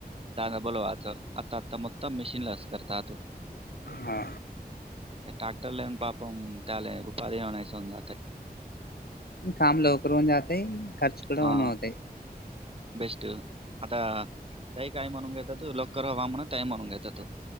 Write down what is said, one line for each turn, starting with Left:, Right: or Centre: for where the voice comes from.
Right: त बोलवाच आता आता मत मशीन लस करतात <unintelligible>
Left: हा.
Right: ट्रॅक्टर लान पापम त्याले उपाधी होऊन <unintelligible> जात.
Left: काम लवकर होऊन जाते खर्च कुठे
Right: हा
Left: पण होते <unintelligible>
Right: बेस्ट. आता ताई काय म्हणून घेतात, लॉक करावा म्हण ताई म्हणून घेतात.